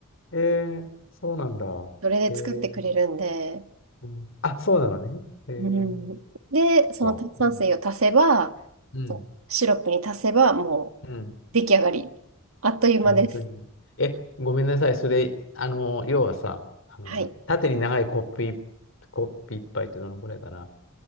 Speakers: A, on the left; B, on the right.
A: ー、えー、そうなんだ。
B: それで作ってくれるんで、
A: えー、うん、あ、そうなのね。えー、
B: うん、で、その炭酸水を足せば、
A: か。うん、うん、
B: そうシロップに足せば、もう
A: うん、
B: 出来上がり。あっという間です。
A: あ、本当に。え、ごめんなさい。それ、あの、要はさ、あの、
B: はい。
A: 縦に長いコップい、コップ一杯ってどのくらいかな。